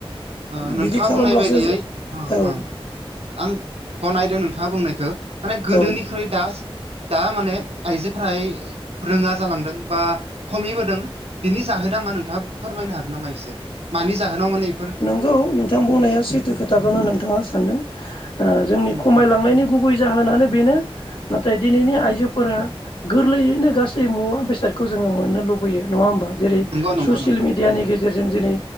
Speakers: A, on the right; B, on the left.
A: ओ नोंथाङा
B: बिदि खालामब्लासो
A: बुंनाय बायदियै उम-उम
B: औ
A: आं गनायदों नों थाङा बुंनायखौ माने गोदोनिख्रुइ
B: औ
A: दा-दा माने आइजोफोरा रोङा जालांदों बा खमैबोदों बिनि जाहोना मा नोंथाङा फोरमायनो हागोन नामा इसे मानि जाहोनाव माने इफोर
B: नोंगौ नोंथां बुंनाया सैथो खोथाखौनो नोंथाङा सानदों ओ जोंनि
A: उम
B: खमायलांनायनि
A: उम
B: गुबै जाहोनानो बेनो नाथाय दिनैनि आइजोफोरा गोरलैयैनो गासै मुवा बेसादखौ जों मोननो लुबैयो नङा ओमबा जेरै
A: नंगौ नंगौ
B: ससियेल
A: नंगौ
B: मिडियानि
A: उम
B: गेजेरजों दिनै